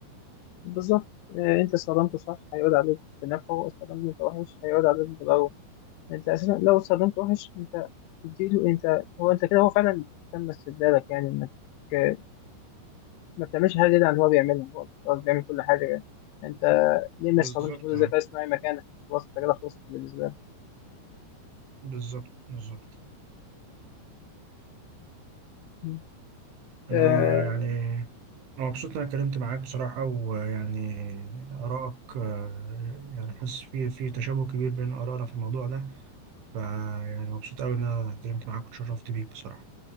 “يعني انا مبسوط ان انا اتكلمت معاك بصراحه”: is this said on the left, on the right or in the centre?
Right